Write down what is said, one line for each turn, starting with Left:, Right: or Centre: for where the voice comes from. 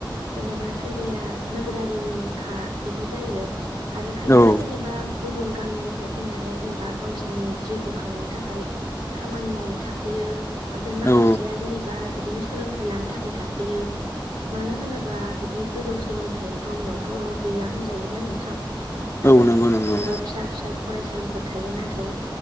Right: जेनेबा सोरबाया नोगोरारिनि खा बिदि जायो। आरो खायफाया
Left: औ
Right: जेनेबा गुबुन गामिनिफ्राय फैनानै जेनेबा गावसिनि जिउखौ खांनो थाखाय खामानि मावनो थाफैयो आमफाय माखासेया
Left: औ
Right: जेनेबा बिदिनो सोलोंथाइ लानो थाखाय थाफैयो मानो होनोबा बिदि गोजौ सोलोंथाइ गामियावथ' गैया होनजायोना नोंथां
Left: औ नंगौ नंगौ
Right: जेनेबा फिसा फिसा फरायसालिफोर थायो नाथाय